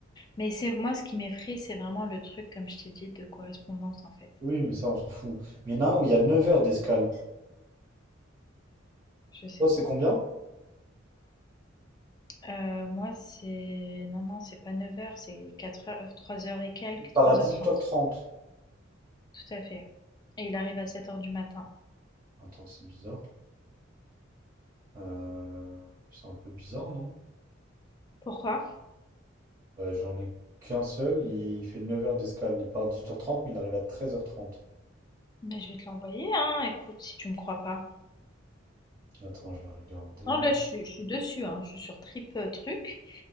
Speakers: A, on the left (about 20°); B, on the right (about 20°).
A: Mais c'est moi ce qui m'effraie, c'est vraiment le truc, comme je t'ai dit, de correspondance en fait.
B: Oui, mais ça, on s'en fout. Mais il y en a un où il y a 9 heures d'escale.
A: Je sais
B: Toi,
A: pas.
B: c'est combien?
A: Euh, moi, c'est. Non, non, c'est pas neuf heures, c'est quatre heures euh, trois heures et quelques,
B: Il part
A: trois
B: à 18h30.
A: heures trente. Tout à fait. Et il arrive à sept heures du matin.
B: Attends, c'est bizarre. Euh, C'est un peu bizarre, non?
A: Pourquoi?
B: Ouais, j'en ai qu'un seul. Il fait 9 heures d'escale. Il part à 18h30, mais il arrive à 13h30.
A: Mais je vais te l'envoyer, hein, écoute, si tu me crois pas.
B: Attends, je vais regarder.
A: Non, là, je suis, je suis dessus, hein, je suis sur Trip euh, Truc.